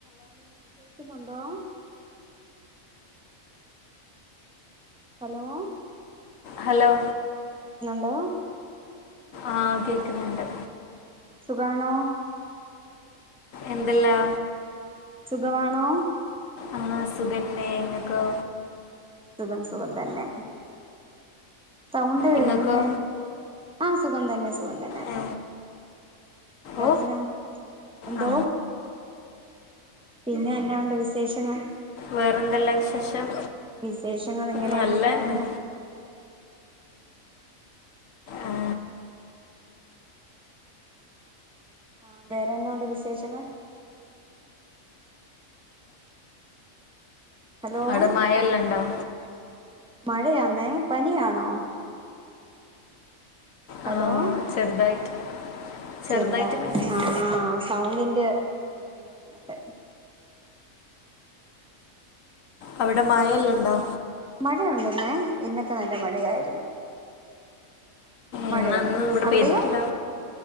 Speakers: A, in the centre; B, on the left.
A: Hello കേക്കുന്നുണ്ടോ hello
B: hello
A: <unintelligible>
B: ആഹ് കേക്കുന്നുണ്ട്
A: സുഖാണോ?
B: എന്തല്ലാ?
A: സുഖമാണോ?
B: അ സുഖന്നെ എങ്ങക്കൊ
A: സുഖം സുഖം തന്നെ സൗണ്ട്
B: ഇങ്ങക്കോ
A: അങ്ങനെ ആഹ് സുഖം തന്നെ. സുഖം തന്നെ.
B: ഏ,
A: വേറെന്നാ
B: ഓ
A: ണ്ട്? എന്തോ
B: ആ
A: പിന്നെ എന്നാ ഉണ്ട് വിശേഷങ്ങൾ
B: വേറെന്തെല്ലാ വിശേഷം
A: വിശേഷങ്ങൾ ഇങ്ങനെയങ്ങ്
B: നല്ലതന്നെ
A: പോകുന്നു
B: ആ,
A: ആ വേറെന്നാ ഉണ്ട് വിശേഷങ്ങൾ ഹലോ
B: അട മായല്ലാം ഉണ്ടാവ
A: മഴയാന്നേ പനിയാണോ ഹലോ
B: ആ ചെറുതായിട്ട് ചെറുതായിട്ട്
A: ചെറുതാ
B: മരിക്കുന്നു
A: ആഹ സൗണ്ടിന്റെ ഇ കേക്കുന്നുണ്ട്
B: അവിടെ മായല്ലുണ്ടോ
A: മഴയുണ്ടന്നേ ഇന്നൊക്കെ നല്ല മഴയായിരുന്നു
B: എന്നന്ന്ും
A: മഴയുണ്ട്
B: ഇവിടെ
A: അവിടെയോ
B: ഭേദിക്കില്ല